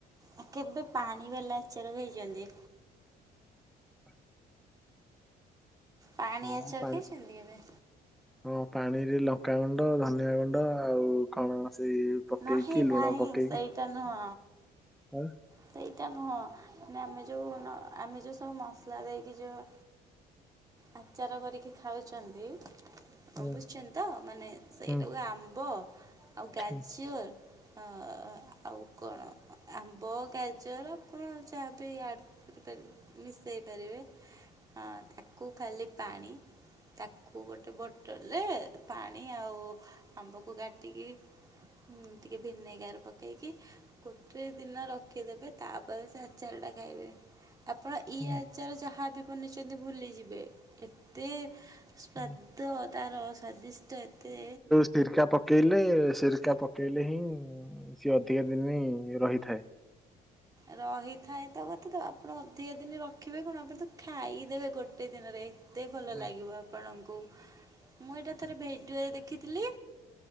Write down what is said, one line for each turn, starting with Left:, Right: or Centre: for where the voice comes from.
Right: ଆ କେବେ ପାଣି ବାଲା ଆଚର ଖାଇଛନ୍ତି?
Centre: <inaudible>
Right: ପାଣି
Centre: ହଁ
Right: ଆଚାର
Centre: ପାଣି
Right: ଖାଇଛନ୍ତି କେବେ?
Centre: ହଁ ପାଣିରେ ଲଙ୍କାଗୁଣ୍ଡ, ଧନିଆଗୁଣ୍ଡ ଆଉ କଣ ସେଇ ପକେଇ
Right: ନାହିଁ
Centre: କି ଲୁଣ
Right: ନାହିଁ
Centre: ପକେଇ
Right: ସେଇଟା
Centre: କି
Right: ନୁହଁ
Centre: ଆଁ
Right: ସେଇଟା ନୁହଁ ମାନେ ଯୋଉଁ ଆମେ ଯେଉଁ ସବୁ ମସଲା ଦେଇକି ଯେଉଁ ଆଚାର କରିକି ଖାଉଚନ୍ତି।
Centre: ହୁଁ
Right: ଅମ୍ବୁଚନ୍ତି ତ ମାନେ ସେଇଟାକୁ
Centre: ହୁଁ
Right: ଆମ୍ବ ଆଉ ଗାଜର
Centre: ହୁଁ
Right: ଆ ଆଉ କଣ ଆମ୍ବ? ଗାଜର ଆପଣ ଯାହାବି ଆଡ଼୍ କରିପାରିବେ ମିଶେଇ ପାରିବେ। ହଁ ତାକୁ ଖାଲି ପାଣି ତାକୁ ଗୋଟେ ବୋଟଲରେ ପାଣି ଆଉ ଆମ୍ବକୁ କାଟିକି ମୁଁ ଟିକେ ଭିନେଗାର ପକେଇକି ଗୋଟେ ଦିନ ରଖ ରଖିଦେବେ ତାପରେ ସେ ଆଚାରଟା ଖାଇବେ ଆପଣ ଇଏ
Centre: ହୁଁ
Right: ଆ ଆଚାର ଯାହା ବି ବନେଇଚନ୍ତି ଭୁଲି ଯିବେ ଏତେ ସ୍ବାଦ
Centre: ହୁଁ।
Right: ତାର ସ୍ଵାଦିଷ୍ଟ ଏତେ
Centre: ସିରିକା ପକେଇଲେ ସିରିକା ପକେଇଲେ ହିଁ ସିଏ ଅଧିକା ଦିନ ରହିଥାଏ।
Right: ରହିଥାଏ ତ କଥା ତ ଆପଣ ଅଧିକା ଦିନ ରଖିବେ କଣ ଆପଣ ତ ଖାଇଦେବେ ଗୋଟେ ଦିନରେ। ଏତେ ଭଲ
Centre: ହୁଁ
Right: ଲାଗିବ ଆପଣଙ୍କୁ ମୁଁ ଏଟା ଥରେ ଭିଡ଼ିଓରେ ଦେଖିଥିଲି।